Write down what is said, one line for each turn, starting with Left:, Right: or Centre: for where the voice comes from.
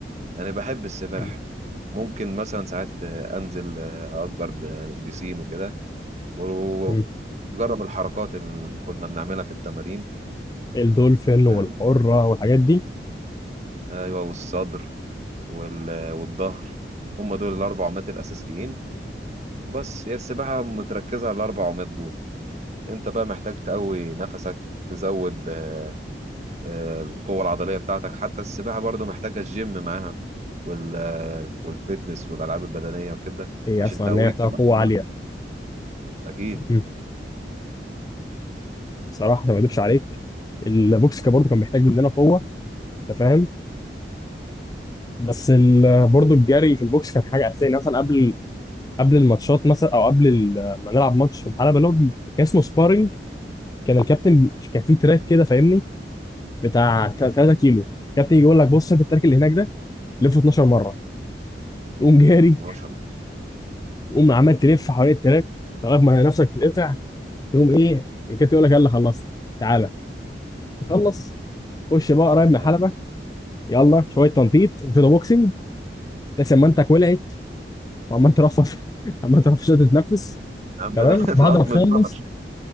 Right: أنا بحب السباحة
Left: مم.
Right: ممكن مثلا ساعات آه، أنزل آه، أأجر ب- يعني بيسين وكده وأجرب
Left: مم.
Right: الحركات اللي كنا بنعملها في التمارين
Left: الدولفين
Right: ف...
Left: والحرة والحاجات دي
Right: أيوه والصدر وال... والظهر هم دول الأربع عمات الأساسيين وبس هي السباحة متركزة على الأربع عمات دول أنت بقى محتاج تقوي نفسك تزود آه، آه، القوة العضلية بتاعتك حتى السباحة برضو محتاجة الجيم معاها وال آه، والفيتنس والألعاب البدنية وكده
Left: هي
Right: عشان
Left: أسمع
Right: تقويك
Left: إن هي محتاجة
Right: تبقى
Left: قوة
Right: في المية
Left: عالية
Right: أكيد
Left: مم. بصراحة عشان ما أكدبش عليك البوكس كان برضه كان بيحتاج مننا قوة أنت فاهم بس ال- برضه الجري في البوكس كان حاجة أساسية يعني مثلا قبل قبل الماتشات مثلا أو قبل ال- ما نلعب ماتش في الحلبة اللي هو كان اسمه سبارينج كان الكابتن كان فيه تراك كده فاهمني بتاع 3 كيلو الكابتن يجي يقول لك بص شايف التراك اللي هناك ده لفه 12 مرة تقوم جاري
Right: 12
Left: تقوم عمال تلف حوالين التراك لغاية ما نفسك تتقطع تقوم ايه الكابتن يقول لك يلا خلصت تعالى تخلص خش بقى قريب
Right: آه،
Left: من الحلبه يلا شويه تنطيط وشويه بوكسنج بس امانتك ولعت وعمال ترفض <laughs> عمال ترفض عشان تتنفس
Right: يا عم
Left: تمام
Right: ده <laughs>
Left: بعد
Right: ده قطم
Left: ما تخلص
Right: الظهر